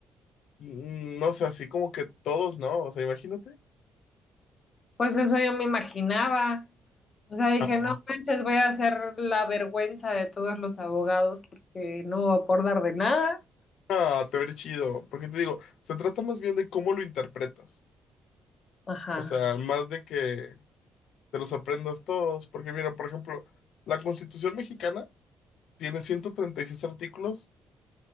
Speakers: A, on the left; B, on the left.
A: mm, no sé, así como que todos, ¿no? O sea, imagínate.
B: Pues eso yo me imaginaba. O sea, dije,
A: No.
B: no manches, voy a hacer la vergüenza de todos los abogados porque no me voy a acordar de nada.
A: Ah, te veré chido, porque te digo, se trata más bien de cómo lo interpretas,
B: Ajá.
A: o sea, más de que te los aprendas todos, porque mira, por ejemplo, la Constitución mexicana tiene 136 artículos